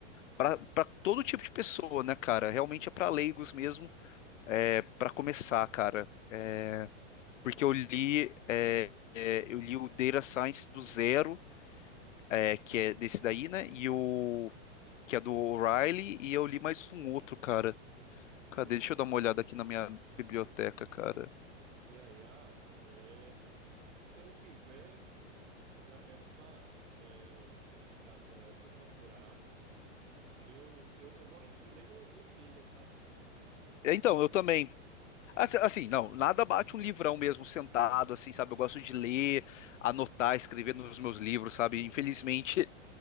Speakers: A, on the left; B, on the right.
A: para todo tipo de pessoa, né, cara? Realmente é para leigos mesmo, é, para começar, cara. É, porque eu li, é, é, eu li o Data Science do Zero, é, que é desse daí, né? E o que é do O'Reilly, e eu li mais um outro, cara. Cadê?
B: Hum,
A: Deixa eu dar uma olhada aqui na minha biblioteca,
B: vê
A: cara.
B: vê aí. Ah, é. Se eu não tiver. Eu já peço para indicação aí para eu procurar. Eu, eu, eu gosto de ler no, no Kindle, sabe?
A: É, Então, eu também. Assim, assim, não, nada bate um livrão mesmo, sentado, assim, sabe? Eu gosto de ler, anotar, escrever nos meus livros, sabe? Infelizmente,